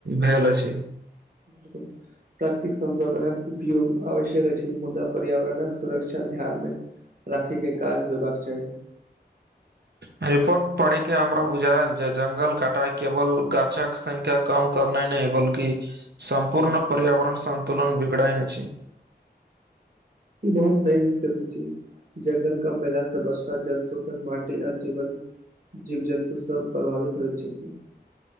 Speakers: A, on the right (about 70°); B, on the right (about 55°).
A: भेल अछि।
B: बिलकुल। प्रातृक संसाधनक उपयोग आवश्यक अछि, मुदा पर्यावरणक सुरक्षा ध्यान मे राखी के काज होयबाक चाही।
A: रिपोर्ट पढी के हमरा बुझायल जे जंगल कटाय केवल गाछक संख्या कम करनाय नय बल्कि सम्पूर्ण पर्यावरण सन्तुलन बिगड़ैन अछि।
B: ई बहुत सही निसकस अछि। जंगल कम भेला स वर्षा जलस्रोतक माटी आ जीवन जीव जन्तु सभ प्रभावित होइत छथि।